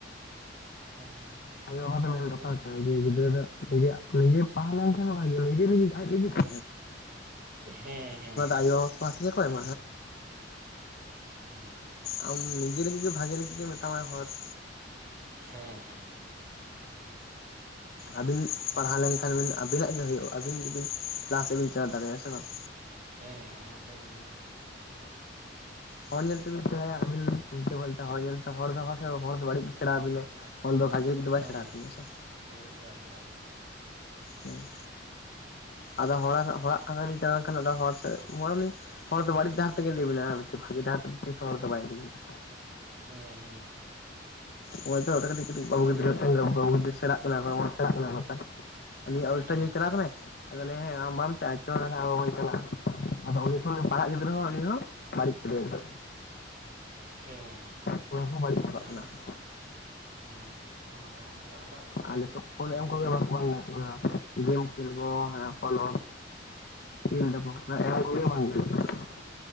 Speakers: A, on the right; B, on the left.
A: ᱛᱟᱦᱞᱮ ᱦᱚᱸ
B: ᱟᱭᱳ ᱵᱟᱵᱟ
A: ᱚᱱᱠᱟ
B: ᱫᱚ ᱢᱮᱱ
A: ᱨᱮᱜᱮ
B: ᱫᱚᱨᱠᱟᱨ ᱡᱮ ᱜᱤᱫᱽᱨᱟᱹ ᱫᱚ ᱱᱤᱡᱮ ᱱᱤᱡᱮᱢ ᱯᱟᱲᱦᱟᱣ ᱞᱮᱱᱠᱷᱟᱱ ᱵᱷᱟᱜᱮ ᱱᱤᱡᱮ ᱞᱟᱸᱜᱤᱫ ᱟᱡ ᱞᱟᱹᱜᱤᱫ <inaudible>
A: ᱦᱮᱸ ᱦᱮᱸ
B: ᱟᱭᱵ
A: ᱦᱩᱸ
B: <inaudible> ᱟᱢ ᱱᱤᱡᱮ ᱞᱟᱹᱜᱤᱫ ᱫᱚ ᱵᱷᱟᱜᱮ ᱞᱟᱹᱜᱤᱫ ᱜᱮ ᱢᱮᱛᱟᱢᱟᱭ ᱦᱚᱲ ᱫᱚ,
A: ᱦᱮᱸ ᱦᱮᱸ ᱦᱮᱸ
B: ᱟᱹᱵᱤᱱ
A: ᱛᱟᱦᱚᱞᱮ
B: ᱯᱟᱲᱦᱟᱣ ᱞᱮᱱᱠᱷᱟᱱ ᱵᱤᱱ ᱟᱹᱵᱤᱱᱟᱜ ᱜᱮ ᱦᱩᱭᱩᱜᱼᱟ ᱟᱹᱵᱤᱱ ᱜᱮᱵᱤᱱ ᱞᱟᱦᱟ ᱥᱮᱫ ᱵᱤᱱ ᱪᱟᱞᱟᱣ ᱫᱟᱲᱮᱭᱟᱜᱼᱟ ᱥᱮ ᱵᱟᱝ,
A: ᱦᱮᱸ ᱦᱮᱸ ᱟᱵᱮᱱ ᱜᱮᱵᱤᱱ ᱦᱮᱸ
B: ᱦᱚᱲ ᱧᱮᱞ ᱛᱮᱵᱤᱱ ᱥᱮᱬᱟᱭᱟ ᱟᱹᱵᱤᱱ ᱩᱞᱴᱟᱹ ᱯᱟᱞᱴᱟ ᱦᱚᱲ ᱧᱮᱞᱛᱮ ᱦᱚᱲ ᱫᱚ ᱦᱚᱲ ᱫᱚ ᱵᱟᱲᱤᱡ ᱜᱮ ᱥᱮᱬᱟ ᱟᱵᱤᱱᱟᱭ, ᱦᱚᱞ ᱫᱚ ᱵᱷᱟᱜᱮ ᱞᱟᱹᱜᱤᱫ ᱫᱚ
A: ᱦᱮᱸ
B: ᱵᱟᱭ ᱥᱮᱲᱟ ᱟᱵᱤᱱᱟ ᱥᱮ,
A: ᱵᱷᱟᱜᱮ ᱞᱟᱹᱜᱤᱫ ᱫᱚ ᱵᱟᱭ ᱥᱮᱬᱟᱣ ᱟᱵᱤᱱᱟ ᱦᱮᱸ ᱮᱠᱫᱚᱢ,
B: ᱦᱩᱸ ᱟᱫᱚ ᱦᱚᱲ ᱦᱚᱲᱟᱜ ᱠᱟᱛᱷᱟ ᱛᱮᱵᱤᱱ ᱪᱟᱞᱟᱣ ᱞᱮᱱᱠᱷᱟᱱ ᱟᱫᱚ ᱦᱚᱲ ᱥᱮᱫ <inaudible> ᱦᱚᱲ ᱫᱚ ᱵᱟᱲᱤᱡ ᱰᱟᱦᱟᱨ ᱛᱮᱜᱮ ᱤᱫᱤ ᱵᱤᱱᱟᱭ ᱵᱷᱟᱜᱮ ᱰᱟᱦᱟᱨ ᱛᱮᱫᱚ ᱛᱤᱥᱦᱟᱸ ᱦᱚᱲ ᱵᱟᱭ ᱤᱫᱤ ᱵᱤᱱᱟ,
A: ᱦᱩᱸ ᱦᱩᱸ ᱦᱩᱸ
B: ᱱᱚᱜ-ᱚᱭ ᱛᱚ ᱠᱟᱹᱴᱤᱡ ᱠᱟᱹᱴᱤᱡ ᱠᱷᱚᱱ ᱜᱤᱫᱽᱨᱟᱹ
A: ᱞᱟᱹᱭ
B: ᱴᱷᱮᱱ
A: ᱠᱟᱫᱟ
B: <unintelligible> ᱥᱮᱲᱟᱜ ᱚᱱᱟ ᱠᱷᱚᱱ ᱠᱚᱱ <unintelligible>
A: ᱦᱮᱸ
B: ᱪᱟᱞᱟᱜ ᱠᱟᱱᱟᱭ ᱟᱫᱚ ᱞᱮᱭᱟᱭ ᱦᱮᱸ ᱟᱢ ᱵᱟᱢ ᱪᱟ-ᱟ ᱪᱚ ᱛᱟᱦᱚᱞᱮ ᱟᱵᱚᱱ ᱪᱟᱞᱟᱜ-ᱟ, ᱟᱫᱚ ᱚᱸᱰᱮ ᱠᱷᱚᱱ ᱯᱟᱲᱦᱟᱜ ᱜᱤᱫᱽᱨᱟᱹ ᱦᱚᱸ ᱩᱱᱤ ᱦᱚᱸ ᱵᱟᱹᱲᱤᱡ ᱠᱮᱫᱮ-ᱟᱠᱚ,
A: ᱦᱮᱸ
B: ᱩᱱᱠᱩ ᱦᱚᱸ ᱵᱟᱹᱲᱤᱡ ᱪᱟᱵᱟᱜ
A: ᱚᱱᱮ
B: ᱠᱟᱱᱟ
A: ᱚᱱᱟ
B: ᱠᱚ
A: ᱠᱚᱦᱚᱸ ᱦᱮᱸ ᱚᱱᱟ ᱦᱚᱸ ᱚᱲᱟᱜ ᱦᱚᱲᱟᱜ ᱦᱚᱸ ᱠᱟᱹᱴᱤᱡ
B: ᱟᱞᱮ ᱛᱚ ᱠᱚᱞ ᱮᱢ
A: ᱧᱮᱞ
B: ᱠᱚᱜᱮ ᱵᱟᱠᱚ ᱢᱮᱱᱟᱜ ᱠᱚ ᱮᱸ ᱜᱮᱢ ᱠᱷᱮᱞ ᱠᱚ ᱦᱮ ᱯᱷᱚᱞ ᱛᱚ ᱠᱷᱮᱞᱵᱚ ᱮᱢ ᱠᱚᱜᱮ ᱵᱟᱝ ᱜᱟᱱᱚᱜ ᱠᱟᱱᱟ,